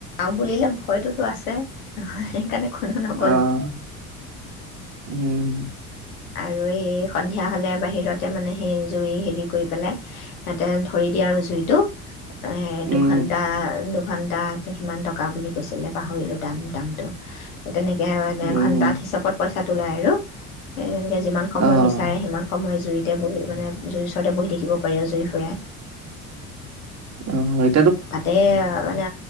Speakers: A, on the left (about 70°); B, on the right (about 35°).
A: বুলিলে ভয়তোতো আছে সে <unintelligible> নগ'ল
B: অ', উম।
A: আৰু সেই সন্ধিয়া হ'লে বাহিৰতে মানে সেই জুই হেৰি কৰি পেলাই সিহঁতে ধৰি দিয়ে আৰু জুইটো এ
B: উম,
A: দুঘন্টা দু ঘন্তা। কিমান টকা বুলি কৈছিলে, পাহৰিলোঁ দাম দামটো। তেনেকে মানে,
B: উম,
A: ঘণ্টাত হিচাপত পইচাটো লয় আৰু। উম। সে, যিমান সময়
B: অ',
A: বিচাৰে, সিমান সময় জুইতে বহি, মানে জুইৰ ওচৰতে বহি থাকিব পাৰি, জুই ফুৰাই।
B: অ হয়।
A: তাতে মানে